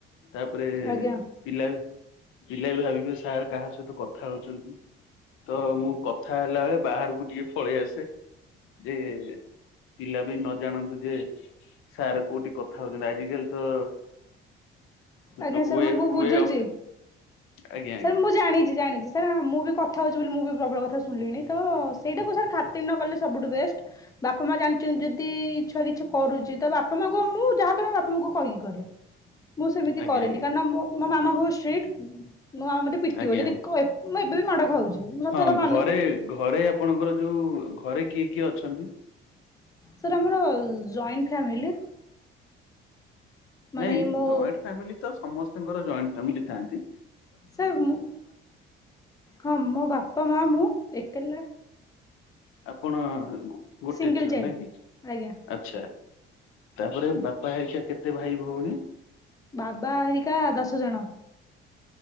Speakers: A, on the left; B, on the left.
A: ତାପରେ
B: ଆଜ୍ଞା
A: ପିଲା ପିଲା ବି ଭାବିବେ ସାର୍ କାହା ସହିତ କଥା ହଉଛନ୍ତି ତ ମୁଁ କଥା ଥା ହେଲା ବେଳେ ବାହାରକୁ ଟିକେ ଫଳେଇ ଆସେ। ଯେ ପିଲା ବି ନ ଜାଣନ୍ତୁ ଯେ ସାର୍ କୋଉଠି କଥା ହଉଛନ୍ତି ଆଜ କାଲି ତ
B: ଆଜ୍ଞା
A: ୱେ
B: ସାର୍ ମୁଁ ବୁ
A: ୱେ
B: ବୁଝୁଛି
A: ଅଫ୍ ଆଜ୍ଞା ଆଜ୍ଞା
B: ସାର୍ ମୁଁ ଜାଣିଛି ଜାଣିଛି ସାର୍ ମୁଁ ବି କଥା ହେଉଛି ବୋଲି ମୁଁ ବି ପ୍ରବଳ କଥା ଶୁଣିଲିଣି ତ ସେଇଟାକୁ ସାର୍ ଖାତିରି ନ କଲେ ସବୁଠୁ ବେଷ୍ଟ। ବାପା ମା ଜାଣିଛନ୍ତି ଯଦି ଛୁଆ କିଛି କରୁଛି ତ ବାପା ମାଙ୍କୁ ମୁଁ ଯାହା କରେ ବାପା ମାଙ୍କୁ କହିକି କରେ। ମୁଁ ସେମିତି
A: ଆଜ୍ଞା
B: କରେନି
A: ଆଜ୍ଞା
B: କାରଣ ମୋ ମାମା ବହୁତ ଷ୍ଟ୍ରିଟ୍ ମୋ ମାମା ମୋତେ ପିଟିିବ
A: ଆଜ୍ଞା
B: ଯଦି
A: ଆଜ୍ଞା
B: କ ଏପ୍ ମୁଁ ଏବେ ବି ମାଡ଼ ଖାଉଛି। ମୁଁ ସତ
A: ହଁ
B: କଥା
A: ଘରେ
B: ମାନୁଛି।
A: ଘରେ ଆପଣଙ୍କର ଯୋଉ ଘରେ କିଏ କିଏ ଅଛନ୍ତି?
B: ସାର୍ ଆମର ଜଏଣ୍ଟ ଫ୍ୟାମିଲି। ମାନେ
A: ନାଇଁ
B: ମୋ
A: ଜଏଣ୍ଟ ଫ୍ୟାମିଲି ତ ସମସ୍ତଙ୍କର ଜଏଣ୍ଟ ଫ୍ୟାମିଲି ଥାନ୍ତି।
B: ସାର୍ ମୁଁ ହଁ ମୋ ବାପା ମା ମୁଁ ଏକେଲା।
A: ଆପଣ ଗୋଟେ
B: ସିଙ୍ଗଲ
A: ଝିଅ
B: ଚାଇଲ୍ଡ
A: ନା କି?
B: ଆଜ୍ଞା
A: ଆଛା ତାପରେ ବାପା ହେକା କେତେ ଭାଇ ଭଉଣୀ?
B: ବାବା ହେରିକା ଦଶ ଜଣ।